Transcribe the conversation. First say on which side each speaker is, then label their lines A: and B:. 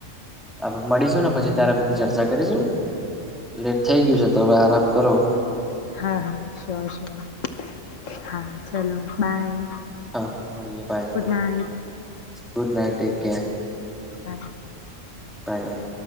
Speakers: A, in the centre; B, on the left (about 75°).
A: હવે મળીશું ને પછી ત્યારે બીધી ચર્ચા કરીશું લેટ થઈ ગયું છે તો હવે આરામ કરો.
B: હા હા શ્યોર શ્યોર હા ચલો બાય.
A: હા મળીએે bye
B: good
A: bye
B: night
A: good night take care.
B: હા.
A: Bye by.